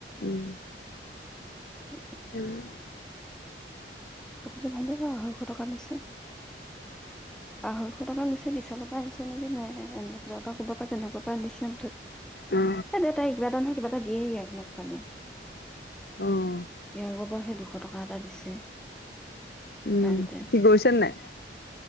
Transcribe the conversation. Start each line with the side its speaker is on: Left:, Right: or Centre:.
Left: উম!
Centre: এ
Left: হা
Centre: কাপোৰযোৰ ভালেই বাৰু, আঢ়ৈশ টকা লৈছে। আঢ়ৈশ টকা লৈছে বিছালৰ পৰা আনিছে নেকি নে বজাৰৰ পৰা ক'ৰবা পৰা তেনেকুৱা পৰা আনিছে মুঠতে।
Left: অ
Centre: এ দেউতাই কিবা এটা নহয় কিবা দিয়ে এইয়াক লগ পালে ই
Left: অ উম
Centre: আগৰ পৰা সেই দুখ দুশ টকা এটা দিছে।
Left: উম!
Centre: যাওঁতে
Left: সি গৈছেনে নাই?